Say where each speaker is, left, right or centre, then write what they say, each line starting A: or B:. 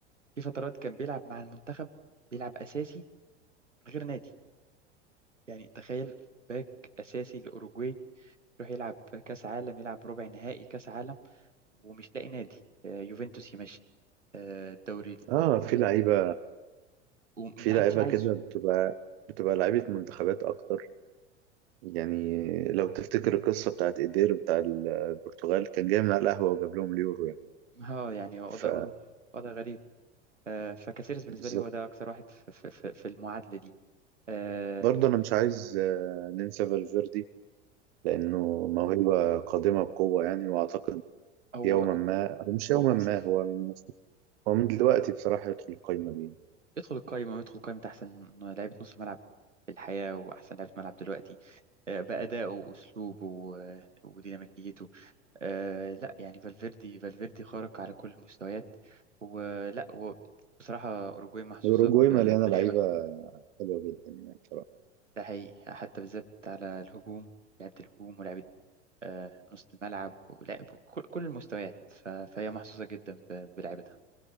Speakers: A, on the right (about 90°); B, on the right (about 55°).
A: في فترات كان بيلعب مع المنتخب بيلعب اساسي من غير نادي يعني تخيل باك اساسي لاوروجواي يروح يلعب كاس عالم يلعب ربع نهائي كاس عالم ومش لاقي نادي آه، يوفنتوس يمشي آه، الدوري
B: اه
A: التركي
B: في لعيبة
A: يمشي. ومحدش
B: في لعيبة
A: عايزه
B: كده بتبقى بتبقى لعيبة منتخبات أكتر يعني لو تفتكر القصة بتاعت إيدير بتاع البرتغال كان جاي من على القهوة وجاب لهم اليورو
A: اه يعني وضع
B: ف
A: وضع وضع غريب آه، فكاسيرس بالنسبه
B: بالظبط
A: لي هو ده اكثر واحد في في- في- في المعادله دي آه،
B: برضه انا مش عايز آه، ننسى فالفيردي لانه موهبه قادمه بقوه يعني واعتقد
A: هو
B: يوما ما أو مش
A: هو
B: يوما ما
A: وصل
B: هو المفروض هو من دلوقتي بصراحه يدخل القايمه دي
A: يدخل القائمة ويدخل قائمة أحسن لعيبة نص ملعب في الحياة وأحسن لعيبة ملعب دلوقتي آه، بأدائه وأسلوبه آه، وديناميكيته آه، لا يعني فالفيردي فالفيردي خارق على كل المستويات ولا هو بصراحة أوروجواي محظوظة
B: واوروجواي
A: ب-
B: مليانه
A: بلعيبة
B: لعيبه حلوه جدا يعني بصراحه
A: ده حقيقي حتى بالذات على الهجوم لعيبة الهجوم ولعيبة آه، نص الملعب ولعب كل كل المستويات ف- فهي محظوظة جدا ب- بلعيبتها